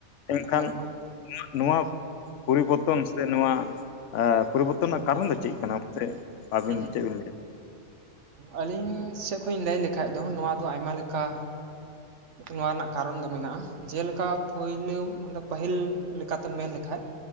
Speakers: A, on the left (about 85°); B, on the right (about 80°).
A: ᱮᱱᱠᱷᱟᱱ
B: ᱮᱠᱟᱞ ᱚᱱᱟ
A: ᱱᱚᱣᱟ ᱯᱚᱨᱤᱵᱚᱨᱛᱚᱱ ᱥᱮ ᱱᱚᱣᱟ ᱟ ᱯᱚᱨᱤᱵᱚᱨᱛᱚᱱ ᱱᱟᱜ ᱠᱟᱨᱚᱱ ᱫᱚ ᱪᱮᱫ ᱠᱟᱱᱟ ᱢᱟᱥᱮ ᱟᱹᱵᱤᱱ
B: ᱦᱩᱸ ᱦᱩᱸ
A: ᱪᱮᱫ ᱵᱤᱱ ᱞᱮᱭᱟ?
B: ᱟᱹᱞᱤᱧ ᱥᱮᱜ ᱠᱷᱚᱡ ᱤᱧ ᱞᱟᱹᱭ ᱞᱮᱠᱷᱴᱷᱟᱡ ᱫᱚ ᱱᱚᱣᱟ ᱫᱚ ᱟᱭᱢᱟ ᱞᱮᱠᱟ ᱱᱚᱣᱟ ᱨᱮᱱᱟᱜ ᱠᱟᱨᱚᱱ ᱫᱚ ᱢᱮᱱᱟᱜᱼᱟ, ᱡᱮᱞᱮᱠᱟ ᱯᱳᱭᱞᱳᱢ ᱚᱸᱰᱮ ᱯᱟᱹᱦᱤᱞ ᱞᱮᱠᱟᱛᱮᱢ ᱢᱮᱱ ᱞᱮᱠᱷᱟᱡ